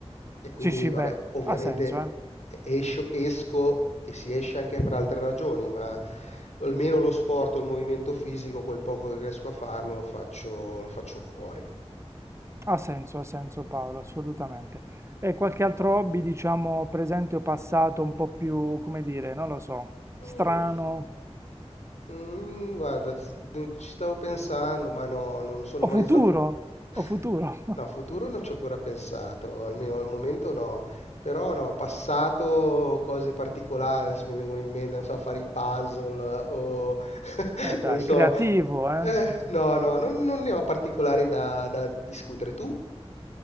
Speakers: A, on the left; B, on the right.
A: E quindi,
B: Sì, sì,
A: vabbè,
B: beh,
A: ovviamente
B: ha senso, eh.
A: e- escio- esco e si esce anche per altre ragioni, ma almeno lo sport o il movimento fisico, quel poco che riesco a farlo, lo faccio, lo faccio fuori.
B: Ha senso, ha senso Paolo, assolutamente. E qualche altro hobby, diciamo, presente o passato, un po' più, come dire, non lo so, strano
A: Mm. Mm, guarda, s- ne- ci stavo pensando, ma no, non sono mai
B: o futuro?
A: stato... <laughs>
B: O futuro? <laughs>
A: No, futuro non ci ho ancora pensato, almeno al momento no. Però no, passato cose particolari, adesso mi vengono in mente, non so, fare i puzzle o <laughs>
B: Beh, dai,
A: non so...
B: creativo, eh.
A: Eh, no, no, non, non ne ho particolari da, da discutere. Tu?